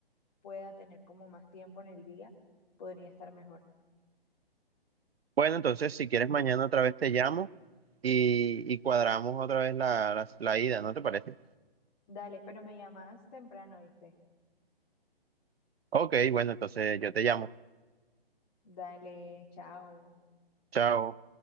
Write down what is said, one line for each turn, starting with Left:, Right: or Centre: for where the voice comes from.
Left: pueda tener como más tiempo en el día, podría estar mejor.
Right: Bueno, entonces si quieres mañana otra vez te llamo y, y cuadramos otra vez la, la la ida, ¿no te parece?
Left: Dale, pero me llamas temprano, ¿viste?
Right: Ok, bueno, entonces yo te llamo.
Left: Dale, chao.
Right: Chao.